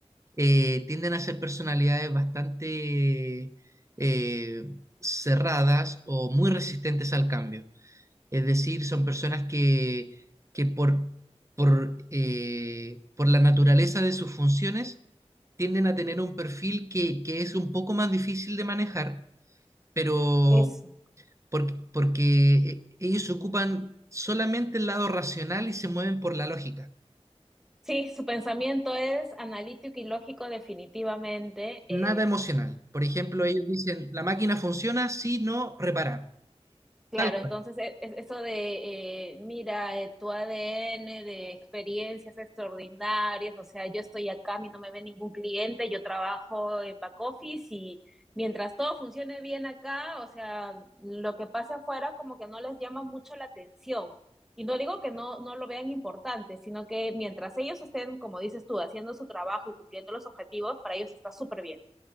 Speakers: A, on the right (about 25°); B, in the centre.
A: eh, tienden a ser personalidades bastante eh, cerradas o muy resistentes al cambio. Es decir, son personas que, que por, por, eh, por la naturaleza de sus funciones tienden a tener un perfil que, que es un poco más difícil de manejar, pero
B: Eso.
A: porque, porque eh, ellos ocupan solamente el lado racional y se mueven por la lógica.
B: Sí, su pensamiento es analítico y lógico definitivamente.
A: Nada
B: Eh,
A: emocional. Por ejemplo, ellos dicen, la máquina funciona si no reparar.
B: Claro,
A: Tal cual.
B: entonces e- es- eso de, eh, mira, eh, tu ADN de experiencias extraordinarias, o sea, yo estoy acá, a mí no me ve ningún cliente, yo trabajo en back office y mientras todo funcione bien acá, o sea, lo que pase afuera como que no les llama mucho la atención. Y no digo que no, no lo vean importante, sino que mientras ellos estén, como dices tú, haciendo su trabajo y cumpliendo los objetivos, para ellos está súper bien.